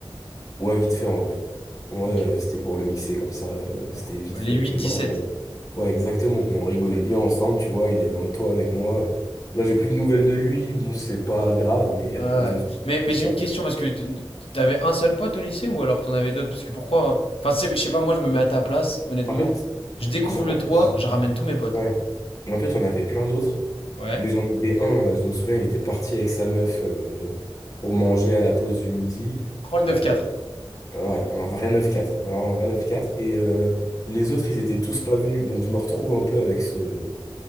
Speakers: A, on the left; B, on the left.
A: Ouais, vite fait en vrai. Ouais,
B: Ok.
A: euh, c'était pour le lycée comme ça, euh, c'était
B: Ouais.
A: vite
B: Les
A: fait.
B: 8-17.
A: Mais genre, on- ouais, exactement. Mais on rigolait
B: Ouais.
A: bien ensemble, tu vois. Il allait dans le toit avec moi. Là, j'ai plus de nouvelles de lui. Bon, c'est pas grave, mais
B: Ouais.
A: euh,
B: ouais.
A: je me suis
B: Mais, mais
A: histoire.
B: j'ai une question parce que t- t'avais un seul pote au lycée ou alors t'en avais d'autres? Parce que pourquoi? hein Enfin, c'est- je sais pas, moi je me mets à ta place, honnêtement.
A: En fait,
B: Je découvre
A: euh, genre,
B: le
A: en
B: toit,
A: fait,
B: je ramène tous mes potes.
A: Ouais. En fait, j'en avais plein d'autres,
B: Ouais.
A: mais j'en avais un, euh, je me souviens, il était parti avec sa meuf euh, pour manger à la pause du midi.
B: Prends le 9-4.
A: Euh, ouais, un vrai neuf quatre, vraiment un vrai neuf quatre, Et euh, les autres, ils étaient tous pas venus, donc je me retrouve un peu avec ce,